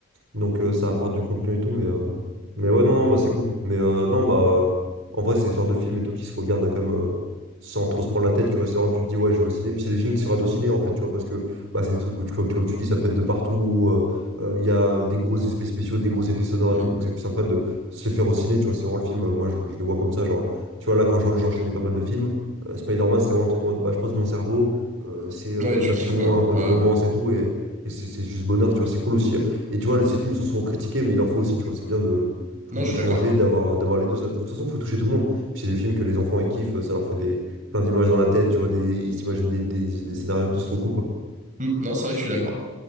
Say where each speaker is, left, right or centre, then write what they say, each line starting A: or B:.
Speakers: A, on the right; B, on the right.
A: Donc euh, ça apporte du contenu et tout, mais, euh, mais ouais, non, non, bah, c'est cool. Mais euh, non, bah euh, en vrai, c'est ce genre de film et tout qui se regarde comme euh, sans trop se prendre la tête, tu vois. C'est vraiment, tu te dis, ouais, je vais au ciné. Puis c'est des films qui se regardent au ciné, en fait, tu vois, parce que bah, c'est des trucs où, tu- comme, comme tu dis, ça peut être de partout. euh, euh, Il y a des gros effets spéciaux, des gros effets sonores
B: Hum.
A: et tout, donc c'est plus sympa de se les faire au ciné, tu vois. C'est vraiment le film, euh, moi, je, je le vois comme ça, genre, tu vois, là, quand je- j'enchaînais pas mal de films, euh, Spider-Man, c'était vraiment le truc en mode, bah, je pose mon cerveau, euh, c'est euh,
B: Ouais,
A: film
B: tu
A: d'action,
B: kiffes, quoi.
A: un peu
B: Ouais.
A: de romance et tout, et. Et c'est c'est juste bonheur, tu vois. C'est cool aussi. Et tu vois, ces films sont souvent critiqués, mais il en faut aussi, tu vois. C'est bien de, je trouve,
B: Non,
A: de
B: je suis
A: changer,
B: d'accord.
A: d'avoir, d'avoir les deux. Ça- de toute façon, il faut toucher tout le monde. Puis c'est des films que les enfants, ils kiffent, ça leur fait des, plein d'images dans la tête, tu vois, des, ils s'imaginent des, des, des scénarios, tout, c'est trop cool, quoi.
B: Hum. Non, c'est vrai que je suis d'accord.